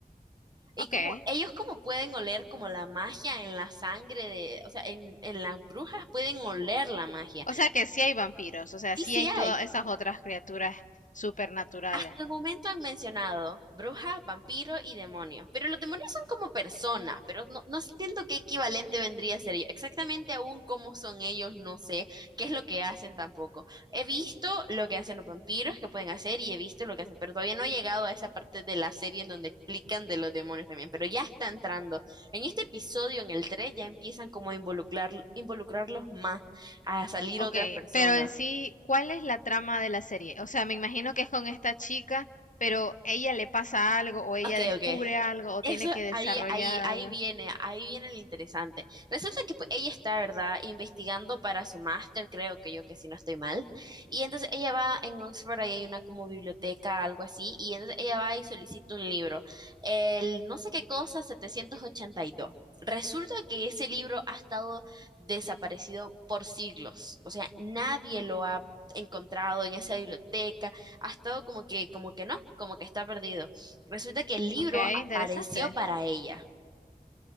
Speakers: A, on the right; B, on the left.
A: Y
B: Ok.
A: como ellos como pueden oler como la magia en la sangre de, o sea, en, en las brujas pueden oler la magia.
B: O sea que sí hay vampiros. O sea,
A: Sí,
B: sí
A: sí
B: hay
A: hay.
B: todas esas otras criaturas supernaturales.
A: Hasta el momento han mencionado brujas, vampiros y demonios, pero los demonios son como personas, pero no, no entiendo qué equivalente vendría a ser ellos. Exactamente aún cómo son ellos, no sé qué es lo que hacen tampoco. He visto lo que hacen los vampiros, que pueden hacer, y he visto lo que hacen, pero todavía no he llegado a esa parte de la serie en donde explican de los demonios también, pero ya está entrando. En este episodio, en el 3 ya empiezan como a involucrar, involucrarlos más, a salir
B: Okey,
A: otras personas.
B: pero en sí, ¿cuál es la trama de la serie? O sea, me imagino que es con esta chica, pero ¿ella le pasa algo o ella
A: Ok,
B: descubre
A: ok.
B: algo o
A: Eso
B: tiene que desarrollar
A: ahí, ahí,
B: algo?
A: ahí viene, ahí viene lo interesante. Resulta que pues, ella está, ¿verdad?, investigando para su máster, creo que yo que si no estoy mal. Y entonces ella va en Oxford, ahí hay una como biblioteca, algo así, y entonces ella va y solicita un libro, el no sé qué cosa, setecientos ochenta y dos Resulta que ese libro ha estado desaparecido por siglos, o sea, nadie lo ha encontrado en esa biblioteca, ha estado como que, como que no, como que está perdido. Resulta que el libro
B: Okey, interesante.
A: pareció para ella.